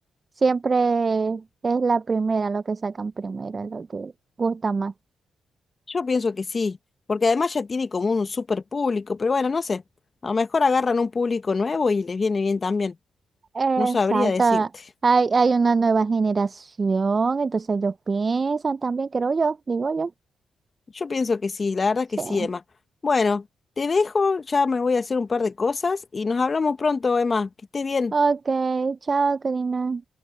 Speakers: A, on the right; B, on the left.
A: siempre es la primera, lo que sacan primero, lo que gusta más.
B: Yo pienso que sí, porque además ya tiene como un super público, pero bueno, no sé. A lo mejor agarran un público nuevo y les viene bien también.
A: Exacto.
B: No sabría decirte.
A: Hay, hay una nueva generación, entonces ellos piensan también, creo yo, digo yo.
B: Yo pienso que sí, la verdad que
A: Sí.
B: sí, Emma. Bueno, te dejo, ya me voy a hacer un par de cosas y nos hablamos pronto, Emma. Que estés bien.
A: Ok, chao, Karina.